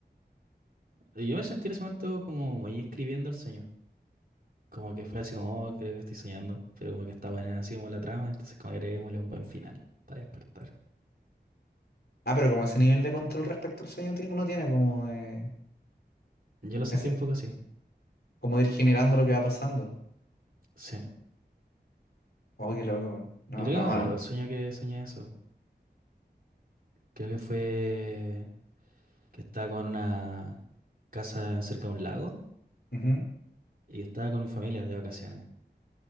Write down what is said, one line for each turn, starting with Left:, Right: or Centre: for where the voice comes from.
Right: Y Yo me sentí en ese momento como muy escribiendo el sueño. Como que fue así como, "Oh, creo que estoy soñando. Pero como que está buena así como la trama, entonces como agreguémosle un buen final para despertar.
Left: Ah, pero como ese nivel de control respecto al sueño ti- uno tiene, como de,
Right: Yo lo sentí
Left: ese,
Right: un poco así.
Left: como de ir generando lo que va pasando.
Right: Sí.
Left: Oh, qué loco. weón. No,
Right: Y creo
Left: no,
Right: que me acuerdo
Left: no.
Right: el sueño que soñé eso. Creo que fue que estaba como en una casa cerca de un lago
Left: Ujú.
Right: y estaba con mi familia de vacaciones.